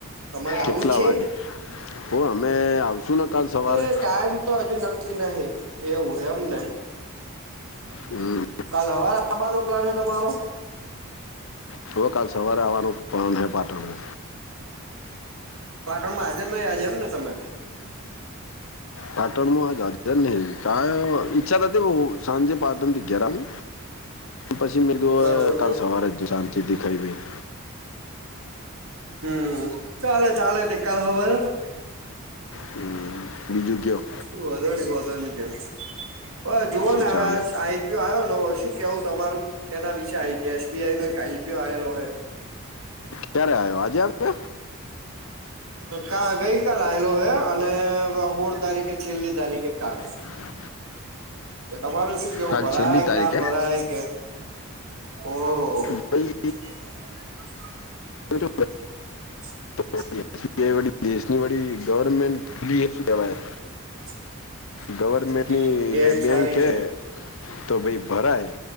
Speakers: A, on the right (about 75°); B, on the left (about 65°).
A: તમારે
B: કેટલા
A: આવું છે
B: વાડે ઓ અમે આવશું ને કાલ સવારે
A: એ ટાઈમ તો હજુ નક્કી નહિ એવું એમને.
B: હમ,
A: કાલ હવાર આબા નો પ્લાન હે તમારો?
B: તો કાલ સવારે આવવાનું પ્લાન હૈ પાટણને.
A: પાટણ માં હાજર નહી આજે એમ ને તમે?
B: પાટણમાં આજજર નહી કા અહ ઈક્છા થતી બહુ સાંજે પા ટન ગેરામે. પછી મે કીધું
A: બરોબર
B: કાલ સવારે જ જાઉં શાંતિથી ખાઇ પીને.
A: હમ્મ ચાલે ચાલે તે કાલ ખબર હે.
B: હમ્મ બીજું ક્યો?
A: હું વધારે વધો નહી વધો નહી જ જુઓ
B: શું
A: ને હવે
B: ચાલે
A: આ આઈ યો આવ્યો ને શું કેવું તમારું એના વિશે આઈ એસ બી આઈ નો એક આઈ પી ઓ આહેલો હે.
B: ક્યારે આયો આજે આવિયો?
A: કા ગઈ કાલ આવેલો હે અને હોળ તારીખે છેલ્લી તારીખ હે કાલ.
B: <unintelligible>
A: તો તમારો સે કેવું
B: કાલ
A: ફરાય
B: છેલ્લી
A: કે
B: તારીખ
A: ના ફરાય
B: એમ
A: કે ઓ
B: ભાઈ
A: <unintelligible>
B: તો <unintelligible> દેશની બડી ગવર્મેન્ટ એસી કહેવાય.
A: <unintelligible>
B: ગવર્મેન્ટની
A: હમ
B: એ બેંક
A: સારી
B: કૈ
A: હે
B: તો ભઈ ભરાય.